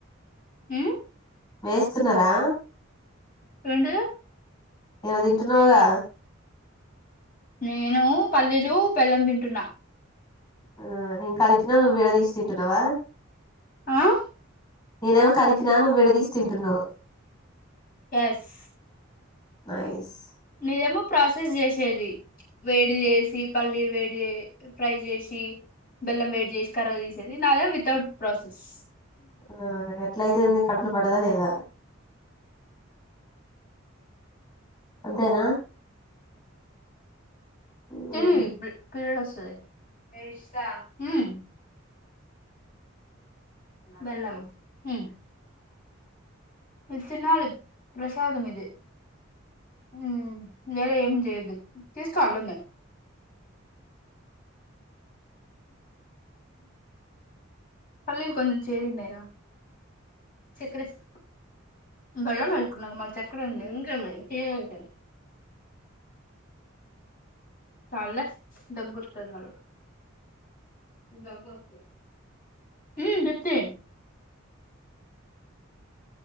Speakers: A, on the left; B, on the left.
A: హ్మ్
B: వేస్తున్నారా?
A: ఏంటిది
B: ఏమో తింటున్నావుగా
A: నేను పల్లీలు, బెల్లంతింటున్నా.
B: ఆ నేను కలిపినా నువ్వు విడదీసి తింటున్నావా.
A: ఆ
B: నేనేమో కలిపినా నువ్వు విడదీస్ తింటున్నావు.
A: ఎస్
B: నైస్
A: నీదేమో ప్రాసెస్ చేసేది. వేడి చేసి పల్లీలు వేడి చే ఫ్రై చేసి బెల్లం వేడి చేసి కరగతీసేది నాదేమొ వితౌట్ ప్రాసెస్
B: ఆ ఎట్లయితేంది కడుపుల పడ్డదా లేదా అంతేనా ఉమ్,
A: తిల్లి పి పీరియడ్ వస్తది. నెస్తా ఉమ్ బెల్లం ఉ ఉ
B: <unintelligible>
A: ఇది తినాలి ప్రసాదం ఇది హుమ్ వేరేది ఏం చేయొద్దు తీసుకో అల్లా ఉన్నయ్ పల్లీలు కొంచెం చేదున్నాయి రా చెక్కర ఏస్కో బెల్లం వేసుకున్నాక మల్ల చెక్కర ఎంది ఇంకేమై చేదు ఉంటది చాల్లే దగ్గు వస్తది మల్ల దగ్గస్తది ఉ జెప్తే